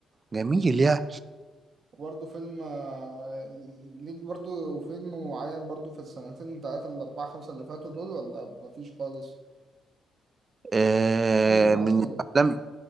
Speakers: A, on the right (about 30°); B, on the right (about 50°).
A: جميل يا
B: وبرضه فيلم آه، ليك برضه فيلم معين برضه في السنتين تلاتة الأربعة خمسة اللي فاتوا دول ولا مفيش خالص؟
A: آه،
B: فيلم عايز
A: من
B: فيلم
A: الافلام